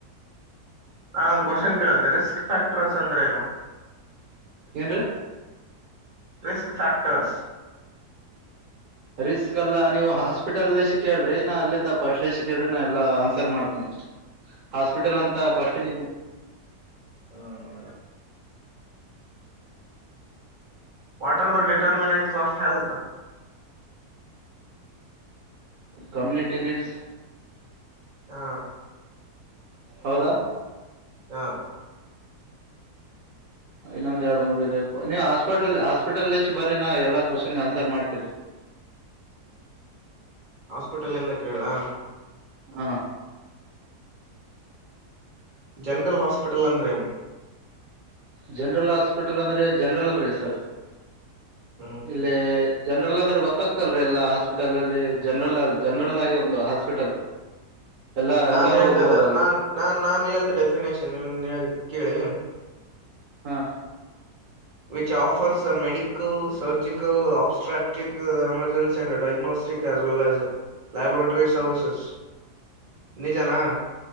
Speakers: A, on the right; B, on the right.
A: ನಾ ನಾ ಕೋಶ್ಚನ್ ಕೇಳುತ್ತೆ ರಿಸ್ಕ್ ಫ್ಯಾಕ್ಟರ್ ಅಂದ್ರೆ ಏನು
B: ಏನ್ರೀ
A: ರಿಸ್ಕ್ ಫ್ಯಾಕ್ಟರ್ಸ್
B: ರಿಸ್ಕ್ ಅಲ್ಲ ನೀವು ಹಾಸ್ಪಿಟಲ್ ಸಿ ಕೇಳ್ರಿ ನಾ ಅಲ್ಲಿಂದ ಪಸ್ಲ ಸಿ ಕೇಳ್ರಿ ನಾ ಎಲ್ಲಾ ಆನ್ಸರ್ ಮಾಡ್ತೇನಿ
A: <inaudible>
B: ಹಾಸ್ಪಿಟಲ್ ಅಂತ ಫಸ್ಟ್ರಿ
A: ಹಾ what are the determinants of health
B: community needs
A: ಹಾ
B: ಹೌದಾ
A: ಹಾ
B: ಇನ್ನೊಂದ ಎರಡು ಮೂರ್ ಇದೆ ನೀವು ಹಾಸ್ಪಿಟಲ್ ಹಾಸ್ಪಿಟಲ್ ಬರರಿ ನಾ ಎಲ್ಲ ಕೋಶನ್ಗೆ ಆನ್ಸರ್ ಮಾಡ್ತೀನಿ
A: ಹಾಸ್ಪಿಟಲ್ ಎಂದ ಕೇಳಾ
B: ಹಾ
A: ಜನರಲ್ ಹಾಸ್ಪಿಟಲ್ ಅಂದ್ರೆ ಏನು
B: ಜನರಲ್ ಹಾಸ್ಪಿಟಲ್ ಅಂದ್ರೆ ಜನರಲ್ ರೀ ಸರ್
A: ಹ್ಮ್
B: ಇಲ್ಲಿ ಜನರಲ್ ಅಂದ್ರೆ ಗೊತ್ತಾಗ್ತಲ್ರರಿ ಎಲ್ಲಾ ಹಾಸ್ಪಿಟಲ್ನಲ್ಲಿ ಜನರಲ್ ಅಲ್ಲಿ ಜನರಲ್ ಆಗಿ ಒಂದು ಹಾಸ್ಪಿಟಲ್ ಎಲ್ಲಾ
A: ನಾನ್
B: ಎಲ್ಲಾರು
A: ಹೇಳ್ತಾ
B: ಹೋಗ್ಬೋದು
A: ಇದ್ದ
B: ಅಲ್ಲಿ
A: ನಾನ್ ನಾನ್ ನಾನ್ ಹೇಳ್ತೆ ಡೆಫಿನೇೇಶನ್ ಇವನ್ ಕೇಳಿ
B: ಹಾಂ
A: which offers medical surgical obstetric emergency and diagnostic casual ಲ್ಯಾಜ ಲ್ಯಾಬ್ <unintelligible> ಸರ್ವಿಸಸ್ ನಿಜಾನಾ.